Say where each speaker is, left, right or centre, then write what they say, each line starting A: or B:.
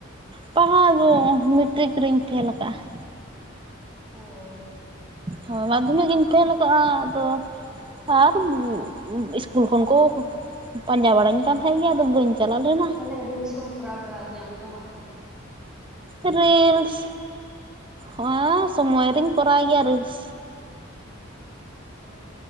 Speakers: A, on the right; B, in the centre.
A: ᱯᱟᱲᱦᱟᱣ ᱫᱚ ᱢᱮᱴᱨᱤᱠ ᱨᱮᱧ ᱯᱷᱮᱞ ᱟᱠᱟᱜᱼᱟ ᱾
B: ᱚᱻ
A: ᱦᱳᱭ ᱢᱟᱫᱽᱫᱷᱚᱢᱤᱠ ᱤᱧ ᱯᱷᱮᱞ ᱟᱠᱟᱜᱼᱟ ᱟᱫᱚ ᱟᱨ ᱤᱥᱠᱩᱞ ᱠᱷᱚᱱ ᱠᱚ ᱯᱟᱸᱡᱟ ᱵᱟᱸᱲᱟᱧ ᱠᱟᱱ ᱛᱟᱦᱮᱫ ᱜᱮ ᱟᱫᱚ ᱵᱟᱹᱧ ᱪᱟᱞᱟᱣ ᱞᱮᱱᱟ
B: ᱛᱟᱦᱞᱮ ᱨᱤᱞᱥ ᱠᱚᱢ ᱠᱚᱨᱟᱣ ᱵᱟᱲᱟᱭ ᱜᱮᱭᱟ ᱟᱢ ᱫᱚ ᱵᱟᱝ?
A: ᱨᱤᱞᱥ ᱦᱳᱭ ᱥᱚᱢᱚᱭ ᱨᱮᱧ ᱠᱚᱨᱟᱣ ᱜᱮᱭᱟ ᱨᱤᱞᱥ,
B: ᱚᱻ